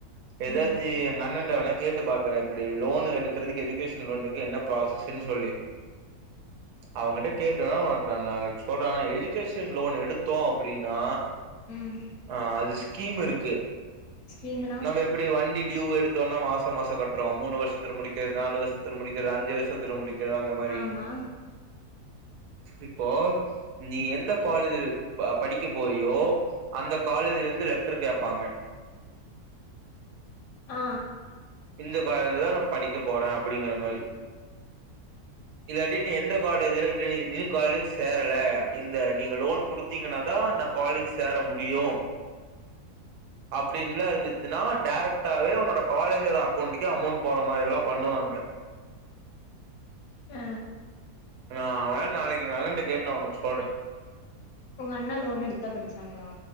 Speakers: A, on the right (about 80°); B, on the left (about 70°).
A: எதாச்சி
B: ம்
A: எங்க அண்ணன்ட்ட வேணா கேட்டு பாக்கறே இப்டி லோன் எடுக்கறதுக்கு எஜுகேஷன் லோனுக்கு என்ன ப்ராசஸ்ன்னு சொல்லி அவங்கட்ட கேக்கவா நா நாளைக்கு சொல்றே ஆனா எஜுகேஷன் லோன் எடுத்தோ அப்புடின்னா
B: ம்
A: ஆ அது ஸ்கீம் இருக்கு
B: ஸ்கீமுனா
A: நம்ம எப் ப்டி வண்டி டியூ எடுத்தோனா மாச மாசோ கட்றோ மூணு வருஷத்துல முடிக்கிற நாலு வருஷத்துல முடிக்கிற அஞ்சு வருஷத் துல முடிக்கறதா அந்த மாரி
B: ஆமா
A: இப்போ நீ எந்த காலேஜ்ல ப படிக்க போறியோ அந்த காலேஜ்ல இருந்து லெட்ரு கேப்பாங்க
B: ஆ
A: இந்த காலேஜ்லதா நா படிக்க போறே அப்படிங்கிற மாரி
B: <inaudible>
A: இது அடின்னு எந்த காலேஜ்ல இத நீ நீ காலேஜ் சேரல இந்த நீங்க லோன் குடுத் தீங்கன்னாதா நா காலேஜ் சேர முடியு
B: <inaudible>
A: அப்டின்லா இருந்துத்துன்னா டேரக்டாவே உன்னோட காலே க்குற அக்கௌண்ட்க்கே அமௌண்ட் போற மாரி எல்லாம் பண்ணுவாங்க
B: ஹ
A: நான் வேண் நாளைக்கு நலன்ட்ட கேட்டு நா ஒனக்கு சொல்றே
B: உங்க அண்ணா லோன் எடுத்ததா படிச்சாங்களா